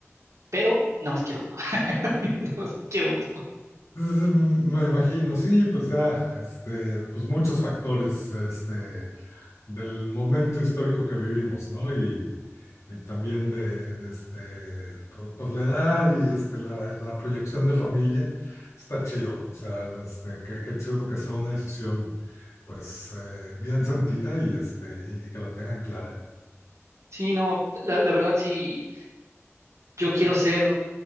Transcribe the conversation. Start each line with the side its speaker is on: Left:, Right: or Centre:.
Right: pero nada más quiero uno, <laughs> nada más quiero uno.
Left: Pues, Mm, Me imagino, sí, pues ya, este, pues muchos factores, este, del momento histórico que vivimos, ¿no? Y, y también de, de este, pu- pues la edad y este, la, la proyección de familia, está chido, o sea, este, qué, qué chido que sea una decisión, pues, eh, bien sentida y este, y, y que la tengan clara.
Right: Sí, no, la, la verdad sí, yo quiero ser,